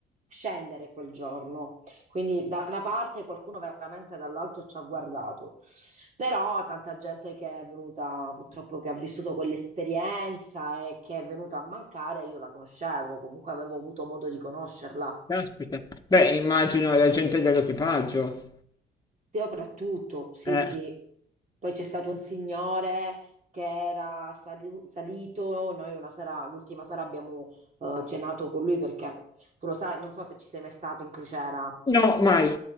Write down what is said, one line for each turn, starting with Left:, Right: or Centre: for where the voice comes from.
Right: scendere quel giorno. Quindi da una parte qualcuno veramente dall'altro ci ha guardato, però tanta gente che è venuta purtroppo che ha vissuto quell'esperienza e che è venuta a mancare, io la conoscevo, comunque avevo avuto modo di conoscerla.
Left: caspita. Beh, immagino la gente dell'equipaggio.
Right: Soprattutto, sì,
Left: Eh.
Right: sì. Poi c'è stato un signore che era sali- salito, noi una sera, l'ultima sera abbiamo eh, cenato con lui perché tu lo sai, non so se ci sei mai stato in crociera.
Left: No, mai,